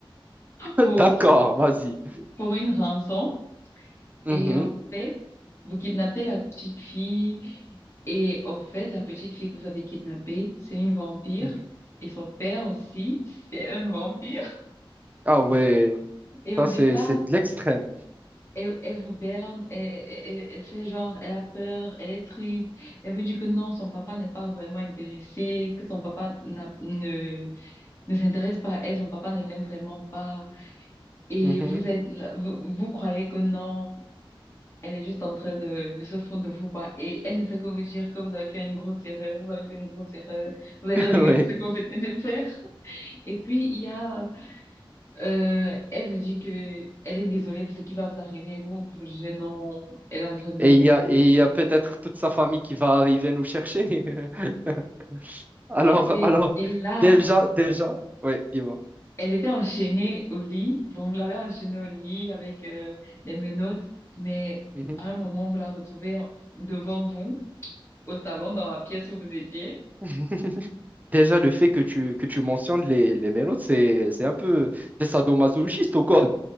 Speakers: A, on the right; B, on the left.
A: <laughs>
B: pour,
A: D'accord, vas-y.
B: pour une rançon.
A: Mhm,
B: Et en fait, vous kidnappez la petite fille. Et en fait, la petite fille que vous avez kidnappée, c'est une vampire.
A: mhm.
B: Et son père aussi, c'est un vampire.
A: Ah ouais,
B: Et au
A: ça
B: départ,
A: c'est c'est de l'extrême.
B: Elle, elle vous berne, elle, elle- elle elle fait genre, elle a peur, elle est triste, elle veut dire que non, son papa n'est pas vraiment intéressé, que son papa n'a- ne, ne s'intéresse pas à elle, son papa ne l'aime vraiment pas, et
A: Mhm.
B: vous êtes là- vous, vous croyez que non, elle est juste en train de, de se foutre de vous, quoi, et elle ne fait que vous dire que vous avez fait une grosse erreur, vous avez fait une grosse erreur, vous allez
A: <laughs>
B: regretter
A: Ouais.
B: ce qu'on vous venez de faire. Et puis, il y a euh, elle vous dit que elle est désolée pour ce qui va vous arriver. Vous, vous jeune homme, elle est en train de nous
A: Et il
B: insulter.
A: y a, et il
B: mais-
A: y a peut-être toute sa famille qui va arriver nous chercher. <laughs> Alors,
B: Et,
A: alors,
B: et là,
A: déjà,
B: après,
A: déjà, ouais, dis-moi.
B: elle était enchaînée au lit. Bon, vous l'avez enchaînée au lit avec euh, les menottes, mais
A: Mhm.
B: à un moment, vous la retrouvez devant vous, au salon, dans la pièce où vous étiez.
A: <laughs> Déjà, le fait que tu, que tu mentionnes les, les mélodes, c'est, c'est un peu... T'es sadomasochiste ou quoi?